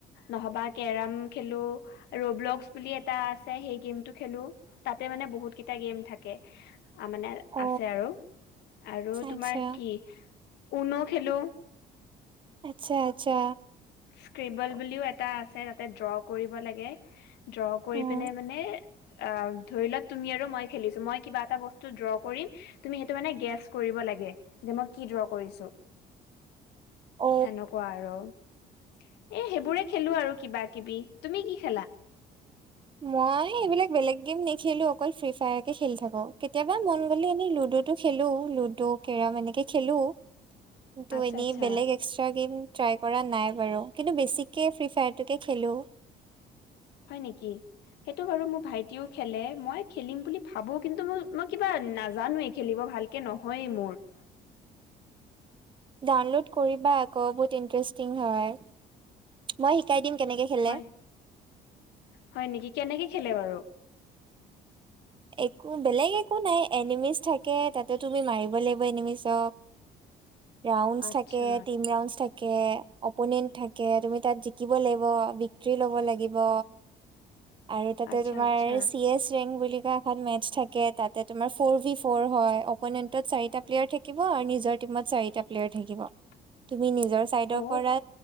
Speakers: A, on the left; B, on the right.
A: নহল বা কেৰাম খেলো ৰোবলকছ বুলি এটা আছে সেই গেমটো খেলো তাতে মানে বহুত কেইটা গেম থাকে আ মানে
B: অ
A: আছে আৰু আৰু
B: আচ্ছা
A: তোমাৰ কি ঊন খেলো
B: আচ্ছা আচ্ছা
A: স্কেবল বুলিও এটা আছে তাতে ড্ৰ কৰিব লাগে ড্ৰ কৰি
B: উম
A: পিনে মানে অ ধৰি লোৱা তুমি আৰু মই খেলিছো মই কিবা এটা বস্তু ড্ৰ কৰিম তুমি সেইটো মানে গেছ কৰিব লাগে যে মই কি ড্ৰ কৰিছোঁ
B: অ
A: সেনেকুৱা আৰু এ সেইবোৰে খেলো আৰু কিবা কিবি তুমি কি খেলা
B: মই এইবিলাক বেলেগ গেম নেখেলো অকল ফ্ৰী ফায় খেলি থাকো কেতিয়াবা মন গলে এনেই লুডো লুডো খেলো লুডু কেৰম এনেকে খেলো কিন্তু
A: আচ্ছা
B: এনেই
A: আচ্ছা
B: বেলেগ এক্সট্ৰা গেম ট্ৰাই কৰা নাই বাৰু কিন্তু বেছিকে ফ্ৰী ফায়াৰটোকে খেলো
A: হয় নেকি সেইটো বাৰু মোৰ ভাইটিও খেলে মই খেলিম বুলি ভাবো কিন্তু মই মই কিবা নাজানোৱেই খেলিব ভালকে নহয়েই মোৰ <inaudible>
B: ডাউনলোড কৰিবা আকৌ বহুত ইণ্টাৰেষ্টিং হয় মই শিকাই দিম কেনেকে খেলে
A: হয় হয় নেকি কেনেকে খেলে বাৰু
B: একো বেলেগ একো নাই এনিমিচ থাকে তাতে তুমি মাৰিব লাগিব এনিমিছক
A: <inaudible>
B: ৰাউণ্ড
A: আচ্ছা
B: থাকে তিন ৰাউণ্ডচ থাকে থাকে অপনেণ্ট থাকে তুমি তাত জিকিব লাগিব ভিকৰ্তী লব লাগিব
A: <inaudible>
B: আৰু তাতে
A: আচ্ছা
B: তোমাৰ
A: আচ্ছা
B: চি এচ ৰেং বুলি কোৱা এখন মেটছ থাকে তাতে তোমাৰ ফ'ৰ ভী ফ'ৰ হয় অপনেণ্টত চাৰিটা প্লেয়াৰ থাকিব আৰু নিজৰ টিমত চাৰিটা প্লেয়াৰ থাকিব
A: <inaudible>
B: তুমি নিজৰ চাইডৰ
A: অ
B: পৰা